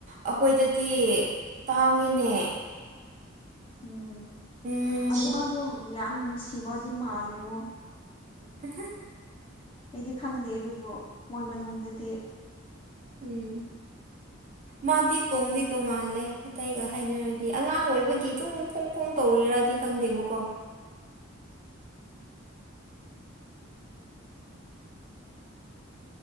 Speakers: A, on the right (about 40°); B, on the left (about 25°).
A: ꯑꯩꯈꯣꯏꯗꯗꯤ ꯇꯥꯡꯉꯤꯅꯦ
B: ꯎꯝ
A: ꯎꯝ
B: ꯑꯗꯨꯗ ꯌꯥꯝ ꯅꯨꯡꯁꯤꯕꯗꯤ ꯃꯥꯜꯂꯤꯉꯣ
A: ꯍ
B: ꯑꯩꯗꯤ ꯈꯪꯗꯦ ꯑꯗꯨꯕꯨ ꯃꯣꯏ ꯃꯅꯨꯡꯗꯨꯗꯤ
A: ꯎꯝ ꯃꯥꯗꯤ ꯇꯣꯡꯗꯤ ꯇꯣꯡꯉꯥꯜꯂꯦ ꯑꯇꯩꯒ ꯍꯥꯏꯅꯔꯗꯤ ꯑꯉꯥꯡ ꯑꯣꯏꯕꯒꯤ ꯇꯣꯡ ꯊꯣꯡ ꯐꯣꯡ ꯇꯧꯔꯤꯔꯗꯤ ꯈꯪꯗꯦꯕꯀꯣ